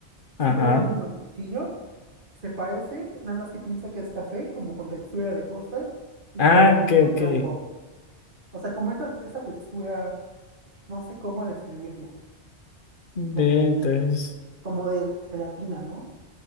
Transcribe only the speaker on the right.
Sí he probado el mamoncillo. Se parece, nada más que piensa que es café, como con textura de costa y
por adentro
blanco. O sea, como esa, esa textura, no sé cómo describirla.
Como,
como de gelatina, ¿no?